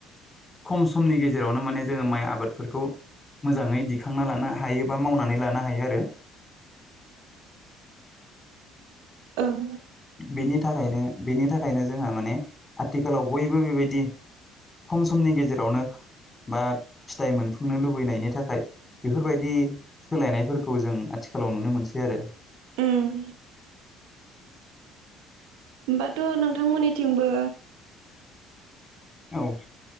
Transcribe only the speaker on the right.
ओं
उम होमबाथ' नोंथांमोननिथिंबो